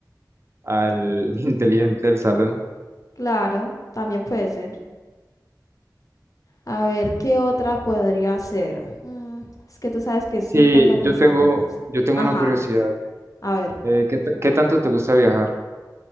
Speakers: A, on the right; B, on the left.
A: al <laughs> inteligente del salón.
B: claro, también puede ser. A ver, ¿qué otra podría ser? Mm, es que tú sabes que siempre
A: Sí,
B: ando pensando
A: yo tengo,
B: cosas.
A: yo tengo
B: Ajá,
A: una curiosidad.
B: a ver.
A: Eh, ¿qué, t- qué tanto te gusta viajar?